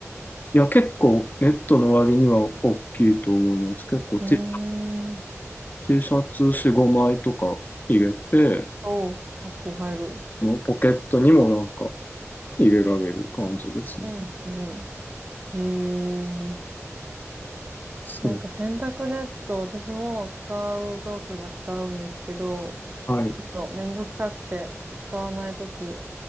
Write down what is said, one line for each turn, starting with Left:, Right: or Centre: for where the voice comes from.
Left: いや、結構、ネットの割には大きいと思います。結構 T、
Right: うーん。
Left: T シャツ4、5枚とか入れて、
Right: おう、結構入る。
Left: このポケットにもなんか、入れられる感じですね。
Right: うん、うん、うん。へえ。
Left: そう。
Right: なんか洗濯ネット、私も使うときは使うんですけど、
Left: はい。
Right: ちょっとめんどくさくて使わないとき